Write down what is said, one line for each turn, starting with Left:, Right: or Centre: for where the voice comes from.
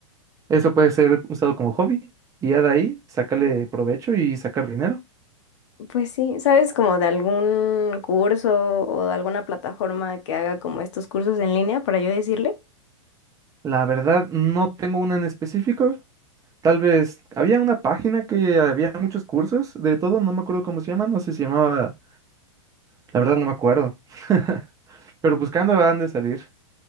Right: Eso puede ser usado como hobby y ya de ahí sacarle provecho y sacar dinero.
Left: Pues sí, ¿sabes como de algún curso o de alguna plataforma que haga como estos cursos en línea para yo decirle?
Right: La verdad, no tengo una en específico. Tal vez había una página que había muchos cursos de todo, no me acuerdo cómo se llama, no sé si se llamaba, la verdad no me acuerdo. <laughs> Pero buscando han de salir.